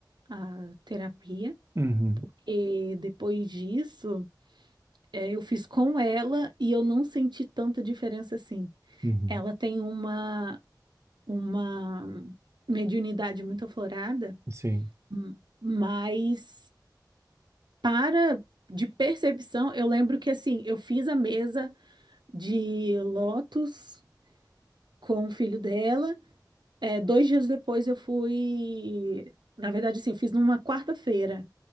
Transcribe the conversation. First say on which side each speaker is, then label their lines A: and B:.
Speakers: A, on the right; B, on the right.
A: a terapia.
B: Uhum.
A: E depois disso, é, eu fiz com ela e eu não senti tanta diferença assim.
B: Uhum.
A: Ela tem uma, uma mediunidade muito aflorada,
B: Sim.
A: hum, mas para de percepção, eu lembro que assim, eu fiz a mesa. de Lotus com o filho dela. É, dois dias depois eu fui. Na verdade, assim, eu fiz numa quarta-feira.